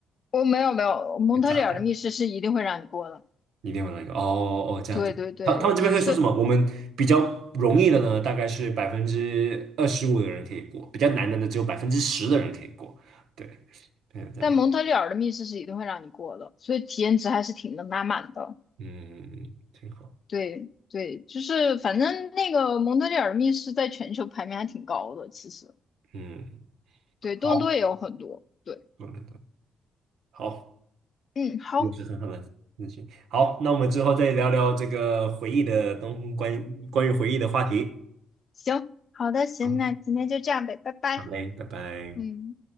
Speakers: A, on the left; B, on the right.
A: 我没有没有，蒙特利尔的密室是一定会让你过的。
B: 炸弹。一定有一个哦哦这样子。
A: 对对对对，
B: 他他们这边会说什么？
A: 所以
B: 我们比较容易的呢，大概是百分之二十五的人可以过，比较难的呢，只有百分之十的人可以过。对，对，这样，
A: 但蒙特利尔的密室是一定会让你过的，所以体验值还是挺能拉满的。
B: 嗯，挺好，
A: 对对，就是反正那个蒙特利尔的密室在全球排名还挺高的，其实
B: 嗯，
A: 对多伦多也有很多。
B: 好，
A: 对，
B: 我们的好，
A: 嗯，好，
B: 又是很好的事情。好，那我们之后再聊聊这个回忆的东关于关于回忆的话题。
A: 行，好的，行，
B: 好，
A: 那今天就这样呗，拜拜。
B: 好嘞，拜拜。
A: 嗯。